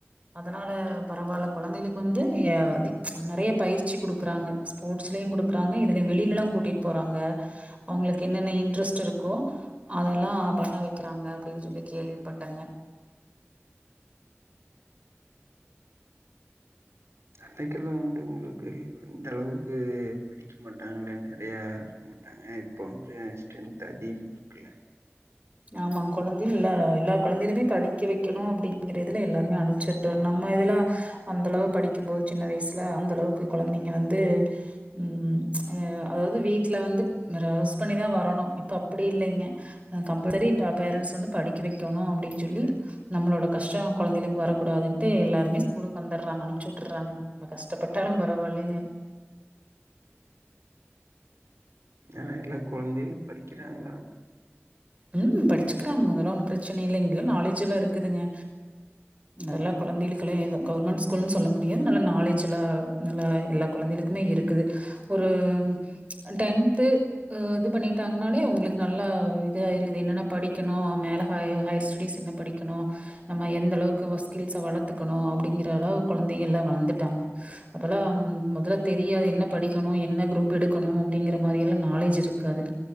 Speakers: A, on the right (about 30°); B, on the right (about 80°).
A: அதனால பரவால்ல கொழந்தைகளுக்கு வந்து ஏ ஆதி அ நெறைய பயிற்சி குடுக்குறாங்க ஸ்போர்ட்ஸ்லயு குடுக்குறாங்க இதுலயு வெளிலலா கூட்டிட்டு போறாங்க அவ்ங்களுக்கு என்னென்ன இன்ட்ரெஸ்ட் இருக்கோ அதெல்லா பண்ண வெக் க்கிறாங்க அப்டின் சொல்லி கேள்விப்பட்டங்க
B: அன்னைக்கெல்லா வந்து உங்களுக்கு இந்த அளவுக்கு படி டிக்க மாட்டாங்கள நெறையா இருக்க மாட்டாங்க இப்ப வந்து ஸ்ட்ரென்த் அதிகமா இருக்குல்ல
A: ஆமா கொழந்தைனு இல்ல எல்லா கொழந்தைகளையுமே படிக்க வெக்கணு அப்டிங்க்ற இதுல எல்லாருமே அனுப்ச்சுறாங்க நம்ம இதுல அந்த அளவு படிக்கும் போது சின்ன வயசுல அந்த அளவுக்கு கொழந்தைங்க வந்து ம் அ அதாவ்து வீட்ல வந்து ரவ்ஸ் பண்ணிதா வரணு இப்ப அப்டி இல்லைங்க அ கம்பரரி இப்ப பேரண்ட்ஸ் வந்து படிக்க வெக்கணு அப்டின் சொல்லி நம்மளோட கஷ்ட கொழந்தைளுக்கு வரக் கூடாதுன்ட்டு எல்லாருமே ஸ்கூலுக்கு வந்துடாறாங்க அனுப்ச்சு வுட்டுட்றாங்க நம்ம கஷ்டப்பட்டாலு பரவால்லைனு
B: அ எல்லா கொழந்தைகளு படிக்கிறாங்களா
A: ம் படிச்சுக்கிறாங்க அதெல்லா ஒன்னு பிரச்சன இல்லைங்களா நாலேஜ் எல்லா இருக்குதுங்க எல்லா கொழந்தைகளுக்குளே கவர்மெண்ட் ஸ்கூல்ன்னு சொல்ல முடியாது நல்ல நாலேஜ் எல்லா நல்லா எல்லா கொழந்தைகளுக் க்குமே இருக்குது ஒரு அ டென்த்து அ இது பண்ணிட்டாங்கன்னாலே ஒங்களுக் நல்லா இத ஆயிருது என்னென்ன படிக்கணு மேல ஹைய ஹையர் ஸ்டெடிஸ் என்ன படிக்கணு நம்ம எந்த அளவுக்கு வ ஸ்கில்ஸ வளத்துக்கணு அப்டிங்கிற அளவு கொழந்தைகள்லா வளந்துட்டாங்க அப்பல்லா முதல்ல தெரியாது என்ன படிக்கணு என்ன குரூப் எடுக்கணு அப்டிங்கிற மாரி எல்லா நாலேஜ் இருக்காது